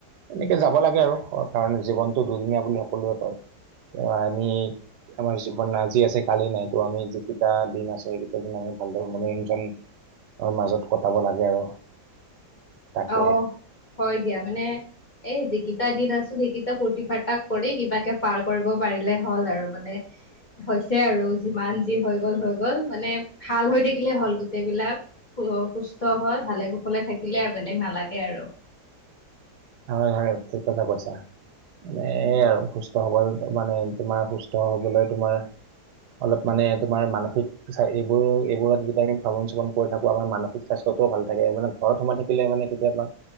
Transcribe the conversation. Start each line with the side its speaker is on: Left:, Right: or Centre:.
Right: এনেকে যাব লাগে সেয়ে আৰু কাৰণ জীৱনতটো দুদিনীয়া বুলি সকলোৱে কয়। আমি - আমাৰ জীৱন আজি আছে কালি নাই তো আমি যিকেইটা দিন আছো সেইকেইটা দিন আমি ভালদৰে মনোৰঞ্জন - মাজত কটাব লাগে আৰু। তাকে
Left: অ হয় দিয়া, মানে এই যিকিটা দিন আছো সেইকেইটা ফুৰ্তি ফাৰ্তা - কৰি কিবাকে পাৰ কৰিব পাৰিলে হল আৰু মানে - হৈছে আৰু যিমান যি হৈ গল হৈ গ'ল মানে ভাল হৈ থাকিলে হ'ল গোটেইবিলাক। সু সুস্থ হৈ ভালে কুশলে থাকিলে আৰু বেলেগ নালাগে আৰু।
Right: হয় হয় ঠিক কথা কৈছা। এইয়ে
Left: উম
Right: আৰু সুস্থ-সবল - মানে তোমাৰ সুস্থ হবলৈ তোমাৰ অলপ মানে তোমাৰ মানসিক - এইবোৰ এইবোৰ যেতিয়া আমি ভ্ৰমণ চৰ্মণ কৰি থাকো আমাৰ মানসিক স্বাস্থ্যটো ভাল থাকে। মানে ঘৰত সোমাই থাকিলে - থাকিলে মানে কেতিয়াবা